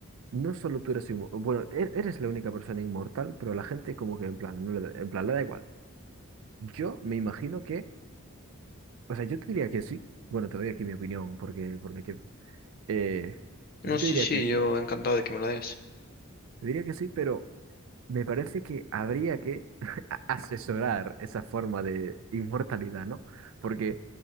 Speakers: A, on the right; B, on the left.
A: no solo tú eres inmortal, bueno, e- eres la única persona inmortal, pero la gente como que en plan, no le da- en plan, le da igual. Yo me imagino que, o sea, yo te diría que sí, bueno, te doy aquí mi opinión porque, porque quiero. Eh,
B: No,
A: yo
B: sí,
A: te diría
B: sí,
A: que sí,
B: yo encantado de que me lo des.
A: te diría que sí, pero... Me parece que habría que <laughs> a- asesorar esa forma de inmortalidad, ¿no? Porque